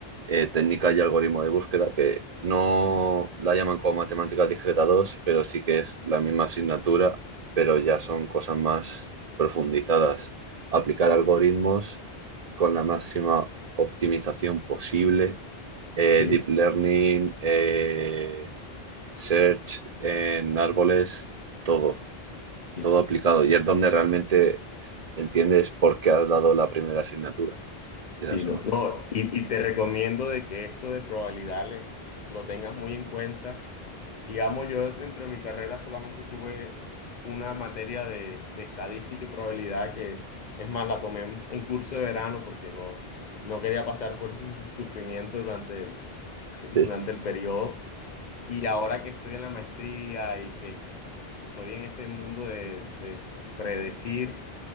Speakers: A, on the right; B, on the left.
A: eh, técnica y algoritmo de búsqueda, que no la llaman como matemáticas discreta 2 pero sí que es la misma asignatura, pero ya son cosas más profundizadas. Aplicar algoritmos con la máxima optimización posible, eh,
B: sí,
A: deep learning, eh, search en árboles, todo,
B: Sí,
A: todo aplicado. Y es donde realmente entiendes por qué has dado la primera asignatura, quieras
B: sí, no,
A: o no.
B: no, y, y te recomiendo de que esto de probabilidades lo tengas muy en cuenta. Digamos, yo dentro de mi carrera solamente tuve una materia de, de estadística y probabilidad que, es más, la tomé en, en curso de verano porque no, no quería pasar por ese su- sufrimiento durante el, <laughs>
A: Sí,
B: durante el periodo. Y ahora que estoy en la maestría y que estoy en este mundo de, de predecir,